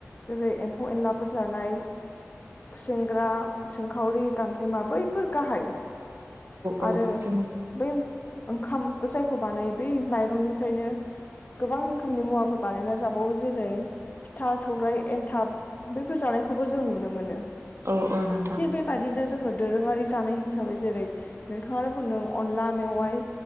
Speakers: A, on the left; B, on the right.
A: जेरै एम्फौ-एनलाफोर जानाय खुसेंग्रा, सिंखावरि, गांजेमा बैफोर गाहाय
B: औ
A: आरो
B: जोंनि
A: बै ओंखाम जायखौ बानायो बै माइरंनिफ्रायनो गोबां रोखोमनि मुवाफोर बानायना जाबावो जेरै- फिथा, सौरायाय, एन्थाब बैफोर जानायखौबो जों नुनो मोनो।
B: औ औ नोंथां
A: थिग बे बादिनो जोंङो दोरोङारि जानाय हिसाबै जेरै नोंथाङानो बुंदों अनला मेवाइ